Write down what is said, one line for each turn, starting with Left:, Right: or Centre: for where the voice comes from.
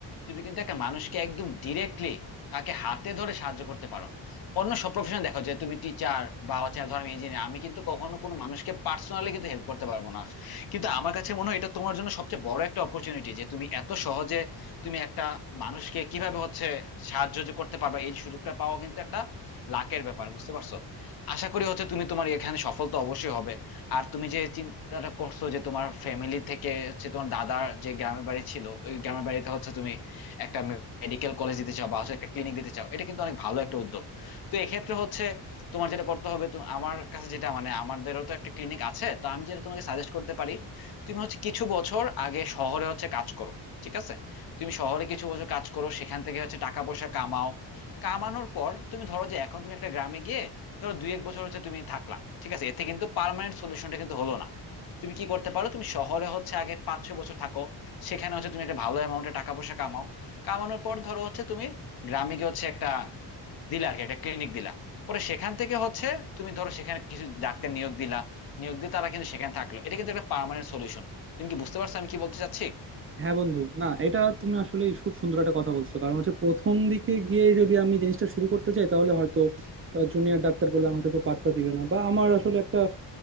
Left: তুমি কিন্তু একটা মানুষকে একদম ডিরেক্টলি তাকে হাতে ধরে সাহায্য করতে পারো অন্য সব প্রফেশনে দেখো যে তুমি টিচার বা হচ্ছে ধরো আমি ইঞ্জিনিয়ার আমি কিন্তু কখনো কোনো মানুষকে পার্সোনালি কিন্তু হেল্প করতে পারবো না কিন্তু আমার কাছে মনে হয় এটা তোমার জন্য সবচেয়ে বড় একটা অপরচুনিটি যে তুমি এত সহজে তুমি একটা মানুষকে কিভাবে হচ্ছে সাহায্য যে করতে পারবা এই সুযোগটা পাওয়া কিন্তু একটা লাকের ব্যাপার বুঝতে পারছো আশা করি হচ্ছে তুমি তোমার এখানে সফল তো অবশ্যই হবে আর তুমি যে চিন্তাটা করছো যে তোমার ফ্যামিলি থেকে হচ্ছে তোমার দাদার যে গ্রামের বাড়ি ছিল ওই গ্রামের বাড়িতে হচ্ছে তুমি একটা মেডিকেল কলেজ দিতে চাও বা হচ্ছে একটা ক্লিনিক দিতে চাও এটা কিন্তু অনেক ভালো একটা উদ্যোগ তো এক্ষেত্রে হচ্ছে তোমার যেটা করতে হবে তো আমার কাছে যেটা মানে আমাদেরও তো একটা ক্লিনিক আছে তো আমি যেটা তোমাকে সাজেস্ট করতে পারি তুমি হচ্ছে কিছু বছর আগে শহরে হচ্ছে কাজ করো ঠিক আছে তুমি শহরে কিছু বছর কাজ করো সেখান থেকে হচ্ছে টাকা পয়সা কামাও কামানোর পর তুমি ধরো যে এখন তুমি একটা গ্রামে গিয়ে ধরো দুই এক বছর হচ্ছে তুমি থাকলা ঠিক আছে এতে কিন্তু পার্মানেন্ট সলিউশনটা কিন্তু হলো না তুমি কি করতে পারো তুমি শহরে হচ্ছে আগে পাঁচ ছয় বছর থাকো সেখানে হচ্ছে তুমি একটা ভালো অ্যামাউন্টে টাকা পয়সা কামাও কামানোর পর ধরো হচ্ছে তুমি গ্রামে গিয়ে হচ্ছে একটা দিলা আর কি একটা ক্লিনিক দিলা পরে সেখান থেকে হচ্ছে তুমি ধরো সেখানে কিছু ডাক্তার নিয়োগ দিলা নিয়োগ দিয়ে তারা কিন্তু সেখানে থাকলো এটা কিন্তু একটা পার্মানেন্ট সলিউশন তুমি কি বুঝতে পারছো আমি কি বলতে চাচ্ছি
Right: হ্যাঁ বন্ধু না এটা তুমি আসলে খুব সুন্দর একটা কথা বলছো কারণ হচ্ছে প্রথম দিকে গিয়ে যদি আমি জিনিসটা শুরু করতে চাই তাহলে হয়তো জুনিয়র ডাক্তার বলে আমাকে তো পাত্তা দিবে না বা আমার আসলে একটা